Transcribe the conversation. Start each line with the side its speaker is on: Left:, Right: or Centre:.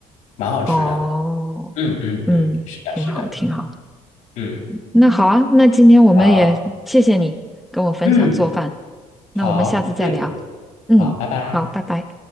Left: 蛮好吃的。
Centre: 哦，
Left: 嗯嗯嗯，
Centre: 嗯，
Left: 是的，
Centre: 挺好，
Left: 是的，
Centre: 挺好。
Left: 嗯，
Centre: 那好啊，那今天我们也谢谢你跟我分享做饭，
Left: 好，嗯好，
Centre: 那我们下次再聊。
Left: 谢谢，
Centre: 嗯，
Left: 好，拜拜。
Centre: 好，拜拜。